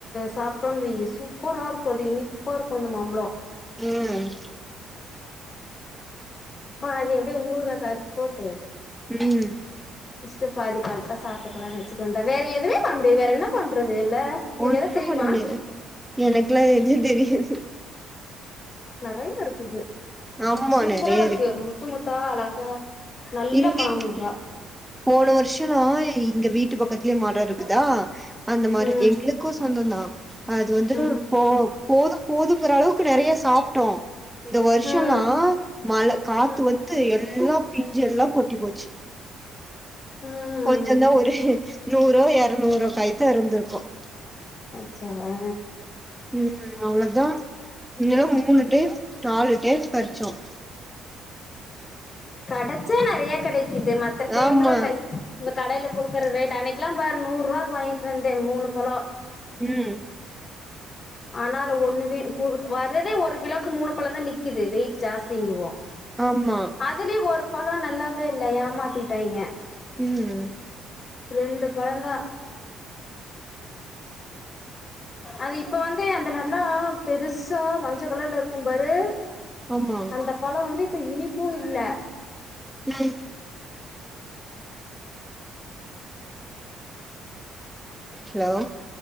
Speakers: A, on the left; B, in the centre.
A: சாப்ட்டோன்னு வையி சூப்பரா இருக்கு அது இனிப்பா இருக்கு அந்த மாம்பழோ
B: ம்
A: மா அது எப்டியோ ஊறுகாக்கு அறுத்து போட்டு
B: ம்
A: ஸ்ட்டு பாதி பழத்த சாப்ட்டுக்கலானு வச்சக்க வேண்ட்தா வேற எதுமே பண்ண முடியாது வேற என்ன பண்றது இல்ல உனக்கு
B: ஒன்னு
A: எதா தெரியுமா
B: பண்ண முடியாது எனக்லா எது தெரியாது
A: நெறயா இருக்குது
B: ஆமா
A: சூப்பரா
B: நெறைய
A: இருக்கு முத்து முத்தா அழகா நல்ல
B: இங்கி
A: மாமுங்கா
B: போன வருஷோ இங்க வீட்டு பக்கத்துலே மரோ இருக்குதா அந்த மரோ
A: ம்
B: எங்ளுக்கு சொந்த்தா அது வந்து
A: ம்
B: போ போதும் போதுங்கிற அளவுக்கு நிறைய சாப்பிட்டோம் இந்த வருஷம்லாம்
A: ம்
B: மழ காத்து
A: ம்
B: வந்து எல்லா பிஞ்ச எல்லாம் கொட்டி போச்சு
A: ம்
B: கொஞ்ச தான் ஒரு நூறோ எரநூறோ காய் தான் இருந்திருக்கும்
A: அச்சச்சோ ஆ
B: ம் அவ்ளொதான் இன்னா மூணு டைம் நாலு டைம் பறிச்சோம்
A: கடச்சா நெறைய கிடைக்குது மத்த டைம்ல
B: ஆமா
A: கை இந்த கடையில குடுக்குற ரேட் அன்னைக்கலாம் பாரு நூறு ரூவாக்கு வாங்கிட்டு வந்தேன் மூணு பழம்
B: ம்
A: ஆனால ஒண்ணு வேன் வர்றதே ஒரு கிலோக்கு மூணு பழம்தான் நிக்குது வெயிட் ஜாஸ்தி இங்குவோம்
B: ஆமா
A: அதுலயும் ஒரு பழம் நல்லாவே இல்ல ஏமாத்திட்டாய்ங்க
B: ம்
A: ரெண்டு பழந்தான் அது இப்ப வந்து அந்த நல்லா பெருசா மஞ்ச கலர்ல இருக்கும் பாரு
B: ஆமா
A: அந்த பழம் வந்து இப்ப இனிப்பும் இல்ல
B: நான் ஹலோ